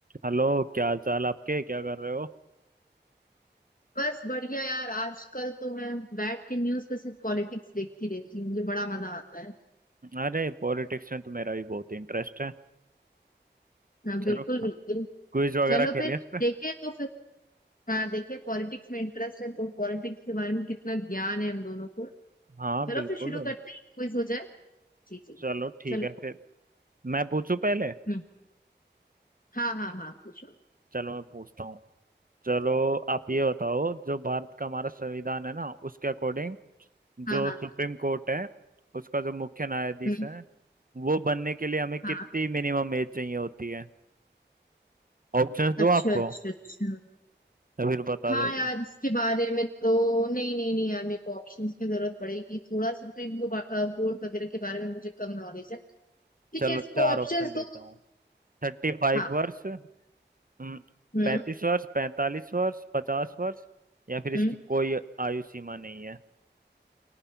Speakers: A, on the right (about 50°); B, on the left (about 50°).
A: Hello क्या हाल चाल आपके क्या कर रहे हो
B: बस बढ़िया यार आजकल तो मैं बैठ के न्यूज पे सिर्फ पॉलिटिक्स देखती रहती हूँ मुझे बड़ा मजा आता है
A: अरे पॉलिटिक्स में तो मेरा भी बहुत इंटरेस्ट है
B: हाँ
A: चलो
B: बिल्कुल बिल्कुल
A: क्विज वगैरह
B: चलो
A: खेलें
B: फिर
A: इस पे
B: देखे तो फिर हाँ देखे पॉलिटिक्स में इंटरेस्ट है तो पॉलिटिक्स के बारे में कितना ज्ञान है हम दोनों को
A: हाँ
B: चलो
A: बिल्कुल
B: फिर शुरू करते हैं क्विज हो जाए जी जी
A: चलो ठीक
B: चलो
A: है फिर मैं पूछूं पहले
B: हम्म हाँ हाँ हाँ पूछो
A: चलो मैं पूछता हूँ चलो आप ये बताओ जो भारत का हमारा संविधान है ना उसके अकॉर्डिंग
B: हाँ
A: जो
B: हाँ
A: सुप्रीम कोर्ट है उसका जो मुख्य न्यायाधीश
B: हम्म
A: है वो बनने के लिए हमें कितनी
B: हाँ
A: मिनिमम एज चाहिए होती है ऑप्शंस दो
B: अच्छा
A: आपको
B: अच्छा अच्छा
A: या फिर बता
B: हाँ
A: दोगे
B: यार इसके बारे में तो नहीं नहीं नहीं यार मेरे को ऑप्शंस की जरूरत पड़ेगी थोड़ा सा तो इनको बोर्ड वगैरह के बारे में मुझे कम नॉलेज है ठीक
A: चलो
B: है इसको
A: चार
B: ऑप्शन
A: ऑप्शन देता
B: दो
A: हूँ थर्टी फाइव
B: हाँ
A: वर्ष पैंतीस
B: हम्म
A: वर्ष पैंतालीस वर्ष पचास वर्ष या फिर इसकी
B: हम्म
A: कोई आयु सीमा नहीं है